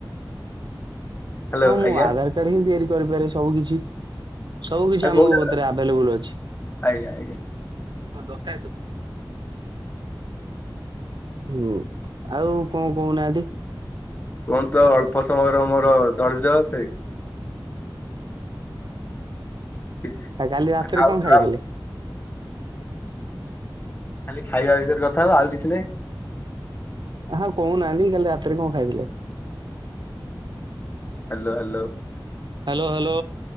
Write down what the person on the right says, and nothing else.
ହଁ ମୁଁ
ଆଧାର କାର୍ଡ ହିଁ ତିଆରି କରିପାରେ। ସବୁ କିଛି <unintelligible> ସବୁ କିଛି
ଆମ
କତିରେ ଆଭେଲେବୁଲ ଅଛି।
ଡକାୟତ ତୁ। ହୁଁ ଆଉ କଣ କହୁନାହାନ୍ତି।
ଆଉ କାଲି ରାତିରେ
କଣ ଖାଇଥିଲେ?
ହଁ କହୁନାହାନ୍ତି କାଲି ରାତିରେ କଣ ଖାଇଥିଲେ।
Hello hello.